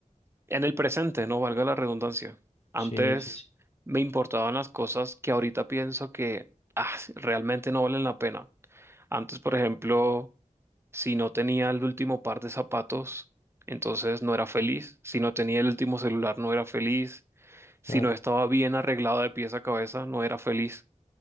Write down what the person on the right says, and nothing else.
en el presente, no valga la redundancia. Antes
me importaban las cosas que ahorita pienso que ah, realmente no valen la pena. Antes, por ejemplo, si no tenía el último par de zapatos, entonces no era feliz. Si no tenía el último celular, no era feliz. Si
no estaba bien arreglado de pies a cabeza, no era feliz.